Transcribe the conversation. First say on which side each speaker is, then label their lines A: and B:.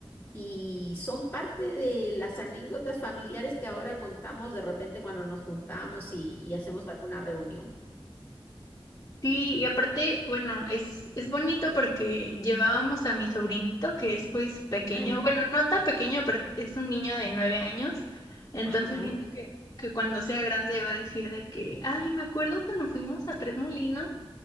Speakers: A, on the left (about 20°); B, on the left (about 40°).
A: y son parte de las anécdotas familiares que ahora contamos de repente cuando nos juntamos y, y hacemos alguna reunión.
B: Sí, y aparte, bueno, es, es bonito porque llevábamos a mi sobrinito, que es pues pequeño,
A: Ah,
B: bueno, no tan pequeño, pero es un niño de nueve años, entonces
A: Ajá,
B: siento que, que cuando sea grande va a decir de que, ay, me acuerdo cuando fuimos a Tres Molinos